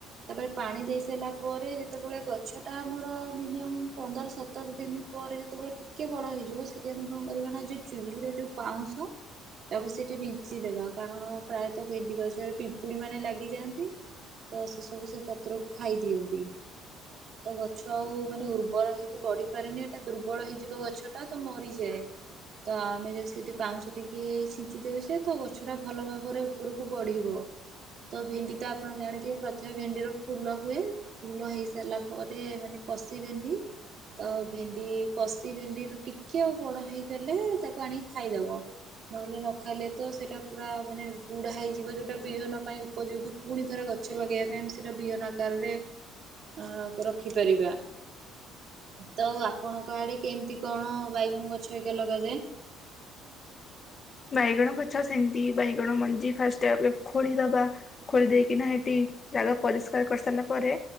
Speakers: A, on the right (about 55°); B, on the left (about 35°).
A: ତାପରେ ପାଣି ଦେଇ ସାଇଲା ପରେ ଯେତେବେଳେ ଗଛ ଟା ଆମର ମିନିମମ୍ ପନ୍ଦର ସତର ଦିନି। ପରେ ଯେତେବେଳେ ଟିକେ ବଡ ହେଇଯିବ ସେଠି ଆମେ କଁ କରିବା ନା ଯୋଉ ଚୁଲିରେ ଯୋଉ ପାଉଁଶ ତାକୁ ସେଠି ବିଞ୍ଚିଦେବା କାରଣ ପ୍ରାୟତଃ ଭେଣ୍ଡି ଗଛରେ ପିମ ପୁଡି ମାନେ ଲାଗିଯାଆନ୍ତି ତ ସେ ସବୁ ସେ ପତ୍ରକୁ ଖାଇ ଦିଅନ୍ତି। ତ ଗଛ ଆଉ ମାନେ ଉର୍ବର ହେଇକି ବଢି ପାରେନି ଏଇଟା ଦୁର୍ବଳ ହେଇଯିବ ଗଛ ଟା ତ ମରିଯାଏ। ତ ଆମେ ଯଦି ସେଠି ପାଉଁଶ ଟିକେ ଛିଞ୍ଚି ଦେଉଛେ ତ ଗଛ ଟା ଭଲ ଭାବରେ ଉପରକୁ ବଢିବ। ତ ଭେଣ୍ଡି ତ ଆପଣ ଜାଣିଥିବେ ପ୍ରଥମେ ଭେଣ୍ଡିର ଫୁଲ ହୁଏ। ଫୁଲ ହେଇ ସାରିଲା ପରେ ମାନେ କଷି ଭେଣ୍ଡି। ତ ଭେଣ୍ଡି କଷି ଭେଣ୍ଡିରୁ ଟିକେ ଆଉ ବଡ ହେଇଗଲେ ତାକୁ ଆଣିକି ଖାଇଦବ। ନହେଲେ ନ ଖାଇଲେ ତ ସେଇଟା ପୁରା ମାନେ ବୁଢ ହେଇଯିବ ଯୋଉଟା। ବିହନ ପାଇଁ ଉପଯୋଗୀ ପୁଣି ଥରେ ଗଛ ଲଗେଇବା ପାଇଁ ଆମ ସେଇଟା ବିହନ ଆକାରରେ। ଆକୁ ରଖିପାରିବା। ତ ଆଉ ଆପଣଙ୍କ ଆଡେ କେମିତି କଣ ବାଇଗଣ ଗଛ ଏକା ଲଗାଯାଏ?
B: ବାଇଗଣ ଗଛ ସେମତି ବାଇଗଣ ମଞ୍ଜି ଫାଷ୍ଟ ଆପ୍ ଖୋଳିଦବା। ଖୋଳି‌ ଦେଇକିନା ହେଟି ଜାଗା ପରିଷ୍କାର କରି ସାରିଲା ପରେ।